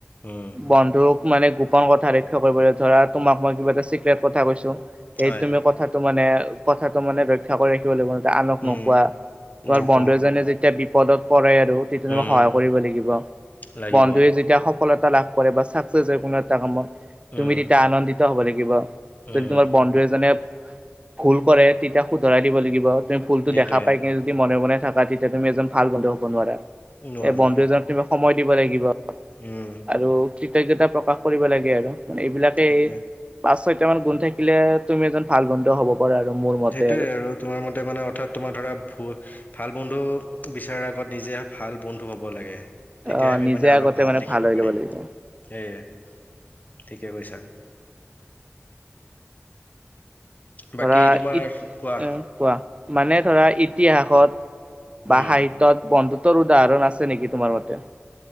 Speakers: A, on the left; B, on the right.
A: উম।
B: বন্ধুক মানে গোপন কথা লক্ষ্য কৰিব, ধৰা তোমাক মই কিবা এটা চিক্ৰেট কথা কৈছো, সেইটো
A: হয়
B: তুমি কথা মানে কথাটো মানে ৰক্ষা কৰি ৰাখিব লাগিব, আনক।
A: উম
B: কোৱা তোমাৰ
A: নকওঁ
B: বন্ধু এজনে যেতিয়া বিপদত পৰে, সহায়
A: উম
B: কৰিব লাগিব।
A: লাগিব
B: বন্ধুয়ে যেতিয়া সফলতা লাভ কৰে বা ছাকচেছ হয় কোনো এটা কামত তুমি
A: উম
B: তেতিয়া আনন্দিত হ'ব লাগিব। যদি
A: উম
B: তোমাৰ বন্ধু এজনে ভুল কৰে তেতিয়া শুধৰাই দিব লাগিব, তুমি ভুলতটো
A: সেইটোৱে
B: দেখা দেখা পাই কিনে যদি মনে মনে থাকা, তেতিয়া তুমি এজন ভাল বন্ধু হ'ব নোৱাৰা।
A: নোৱাৰো
B: এই বন্ধু এজন তুমি সময় দিব লাগিব
A: উম
B: আৰু কৃতজ্ঞতা প্ৰকাশ কৰিব লাগে আৰু। মানে এইবিলাকে
A: সেইটোৱে
B: পাঁচ ছয়টা মান গুন থাকিলে তুমি এজন ভাল বন্ধু হ'ব। পাৰা আৰু মোৰ মতে
A: সেইটোয়ে আৰু তোমাৰ মতে মানে অৰ্থাৎ তোমাৰ ধৰা ভু ভাল বন্ধু বিচাৰাৰ আগত নিজে ভাল বন্ধু হ'ব লাগে। তেতিয়াই
B: আহ
A: আমি
B: নিজে
A: মানে আনক
B: আগতে
A: ভাল দেখিব
B: হৈ
A: পাৰিম।
B: ল'ব লাগিব
A: সেয়ে ঠিকে কৈছা। বাকী
B: ধৰা
A: তোমাৰ
B: ইত
A: কোৱা
B: কোৱা মানে ধৰা ইতিহাসত বা
A: উম
B: সাহিত্যত বন্ধুত্বৰ উদাহৰণ আছে নেকি তোমাৰ মতে?